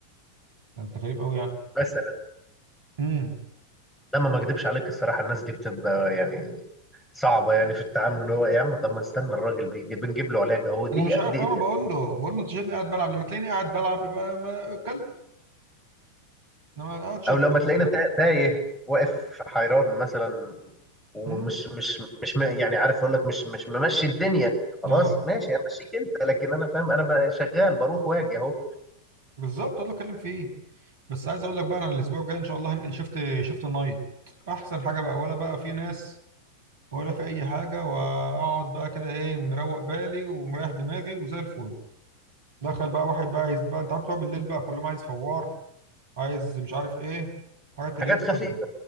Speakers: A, on the right (about 60°); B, in the centre.
A: ده انت غريب قوي يعني
B: مثلا
A: امم
B: لما ما اكدبش عليك الصراحه الناس دي بتبقى يعني صعبه يعني في التعامل اللي هو يا عم طب ما استنى الراجل بيجي بنجيب له علاجه هو دي
A: انا مش عارف
B: دقيقتين
A: انا بقول له بقول له انت شايفني قاعد بلعب لما تلاقيني قاعد بلعب يبقى ما اتكلم انما أنا قاعد شغال
B: او لما تلاقينا
A: أهو.
B: تا- تايه واقف حيران مثلا ومش
A: امم
B: مش مش م- يعني عارف اقول لك مش مش ممشي الدنيا خلاص
A: اه
B: ماشي امشيك انت لكن انا فاهم انا بقى شغال بروح واجي اهو
A: بالظبط هو اللي اتكلم فيه بس عايز اقول لك بقى انا الاسبوع الجاي ان شاء الله هنقل شفت شفت نايت احسن حاجه بقى ولا بقى في ناس ولا في اي حاجه واقعد بقى كده ايه مروق بالي ومريح دماغي وزي الفل دخل بقى واحد بقى عايز بقى انت عارف بقى بالليل بقى كلهم عايز فوار عايز مش عارف ايه حاجات
B: حاجات
A: اللي هي بتاعت
B: خفيفه